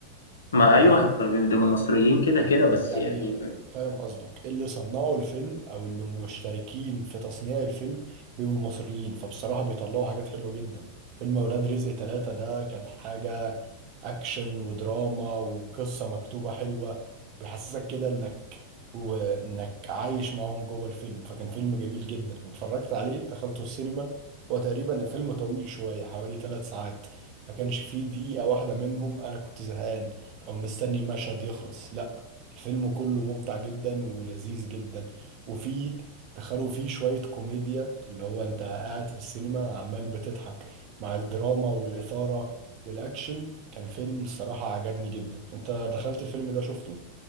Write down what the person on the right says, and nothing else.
يعني
مم.
يعني
فاهم قصدك اللي صنعوا الفيلم او اللي مشتركين في تصنيع الفيلم بيبقوا مصريين فبصراحة بيطلعوا حاجات حلوة جدا فيلم اولاد رزق ثلاثة ده كانت حاجة اكشن ودراما وقصة مكتوبة حلوة بيحسسك كده انك وانك عايش معاهم جوه الفيلم فكان فيلم جميل جدا أنا اتفرجت عليه دخلته السينما هو تقريبا الفيلم طويل شوية حوالي ثلاث ساعات ما كانش فيه دقيقة واحدة منهم انا كنت زهقان او مستني المشهد يخلص لا الفيلم كله ممتع جدا ولذيذ جدا وفي دخلوا فيه شوية كوميديا اللي هو انت قاعد في السينما عمال بتضحك مع الدراما والإثارة والأكشن كان فيلم الصراحة عجبني جدا انت دخلت الفيلم ده شفته؟